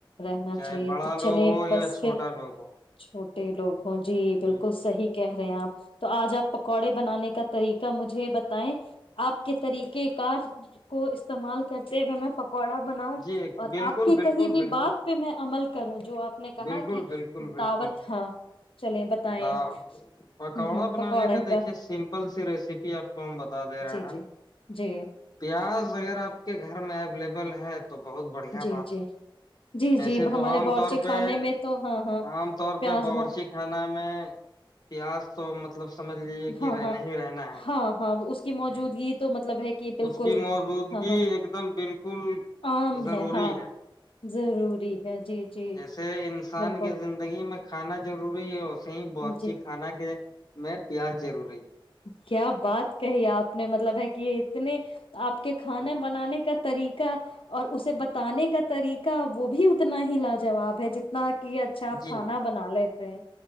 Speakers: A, on the left; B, on the left.
A: نا
B: چاہے
A: چاہیے
B: بڑا
A: تو
B: لوگ
A: چلے
B: ہو یا
A: بس
B: چھوٹا
A: پھر
B: لوگ ہو
A: چھوٹے لوگ ہوں جی بالکل
B: یہ
A: صحیح رہ ہیں آپ تو آج آپ پکوڑے بنانے کا طریقہ مجھے بتائ آپ کے طریقہ کار کو استعمال کرتے ہوئے میں پکوڑا بناؤں
B: جی
A: اور
B: بالکل
A: آپ کی
B: بالکل
A: کہئی بھی
B: بالکل
A: بات پہ میں عمل کروں جو آپ نے کہا
B: بالکل
A: کہ
B: بالکل بالکل
A: دعوت ہاں چلیں بتائیں
B: دا پکوڑا
A: ہ ہ
B: بنانے
A: پکوڑے
B: کا دیکھیے سمپل کل سی ریسیپی آپ کو بتا دے رہا
A: جی جی جی
B: پیاز اگر آپ کے گھر میں اوبل ل ہے تو بہت بڑھیا
A: جی
B: بات
A: جی
B: ہے
A: جی
B: ایسے
A: جی ہمارے
B: تو عام
A: بورچے
B: طور
A: کھانے
B: پہ
A: میں تو ہاں ہاں
B: عام طور
A: پیاز
B: پہ باورچی
A: م
B: خانہ میں پیاز تو مطلب سمجھ لیجیے کہ
A: ہاں
B: رہنا
A: ہاں
B: ہی رہنا
A: ہاں ہاں اس کی
B: ہے
A: موجودگی تو مطلب ہے کہ بالکل
B: اس کی موجودگی
A: ہاں ہاں
B: ایک دم بالکل
A: عام
B: ضروری
A: ہاں
B: ہے
A: ضروری ہے جی جی
B: جیسے انسان
A: بالکل
B: کی زندگی میں کانا ضروری ہے اور صی بورچی
A: جی
B: خھانا کے میں پیاز ضروری
A: کیا بات کہی آپ نے مطلب ہے کہ یہ اتنی آپ کے کھانے
B: ہے
A: بنانے کا طریقہ اور اسے بتانے کا طریقہ وہ بھی اتنا ہی لا جوواب ہے جتنا کہ اچھا آپ
B: جی
A: کھانا بنا لیتے ہیں